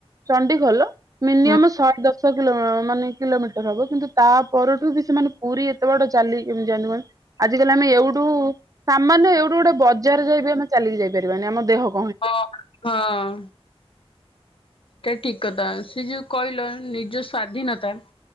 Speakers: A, on the right; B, on the left.
A: ଚଣ୍ଡିଖଲ ମିନିମମ
B: ହଁ
A: ଶହେ ଦଶ ଶ କିଲୋ ମାନେ କିଲୋମିଟର ହବ, କିନ୍ତୁ ତା ପରଠୁ ବି ସେମାନେ ପୁରୀ ଏତେ ବାଟ ଚାଲି କେମିତି ଯାଆନ୍ତି ମାନେ ଆଜିକାଲି ଆମେ ଏଉଠୁ ସାମାନ୍ୟ ଏଇଠୁ ଗୋଟେ ବଜାର ଯାଇ ବିି ଆମେ ଚାଲିକି ଯାଇପାରିବାନି ଆମ ଦେହକୁ
B: ହଁ ହଁ। ସେଟା ଠିକ କଥା ସେ ଯୋଉ କହିଲ ନିଜ ସ୍ଵାଧୀନତା